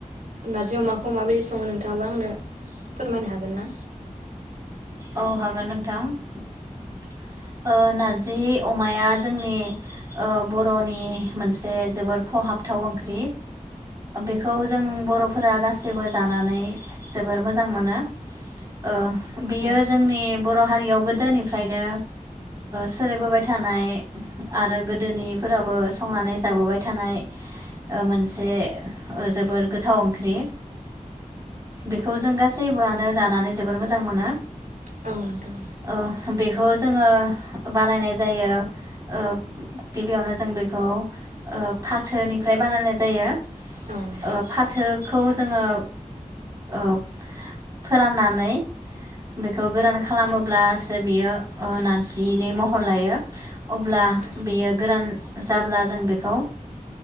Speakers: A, on the right; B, on the right.
A: नारजि अमाखौ माबायदि सङो नोंथाङाबो आंनो फोरमायनो हागोन ना
B: औ हागोन नोंथां ओ नारजि अमाया जोंनि ओ बर'नि मोनसे जोबोर खहाबथाव ओंख्रि बेखौ जों बरफोरा गासैबो जानानै जोबोर मोजां मोनो ओ बियो
A: औ
B: जोंनि बर हारियाव गोदोनिफ्रायनो सोलिबोबाय थानाय आरो गोदोनिफोराबो संनानै जाबोबाय थानाय मोनसे जोबोर गोथाव ओंख्रि बेखौ जों गासैबोआनो जानानै जोबोर मोजां मोनो
A: औ औ नोंथां
B: अ बे बेखौ जोङो बानायनाय जायो ओ गिबियावनो जों बेखौ ओ फाथोनिफ्राय बानायनाय जायो।
A: औ नोंथां
B: ओ फाथोखौ जोङो ओ फोराननानै बेखौ गोरान खालामोब्लासो बियो नारजिनि महर लायो अब्ला
A: औ नोंथां
B: बियो गोरान जाब्ला जों बेखौ